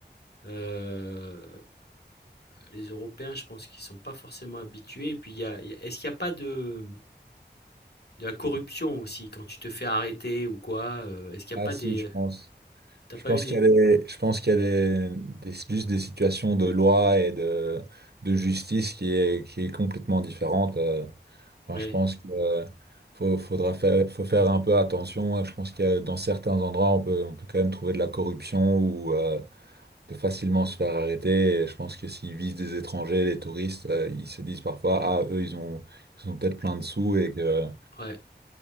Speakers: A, on the left; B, on the right.
A: Euh, les Européens, je pense qu'ils ne sont pas forcément habitués. Et puis, il y a- il y a- est-ce qu'il n'y a pas de, de la corruption aussi quand tu te fais arrêter ou quoi? euh, est-ce qu'il n'y
B: Ah
A: a pas
B: si,
A: des...
B: je pense.
A: T'as
B: Je
A: pas
B: pense
A: eu des...
B: qu'il y a des, je pense qu'il y a des, des, juste des situations de loi et de, de justice qui est, qui est complètement différente. euh. Enfin,
A: Ouais.
B: je pense qu'il faut, faudra faire, faut faire un peu attention. Je pense qu'il y a, dans certains endroits, on peut, on peut quand même trouver de la corruption ou euh, on peut facilement se faire arrêter. Et je pense que s'ils visent des étrangers, des touristes, euh, ils se disent parfois, ah, eux, ils ont, ils ont peut-être plein de sous et que,
A: Ouais.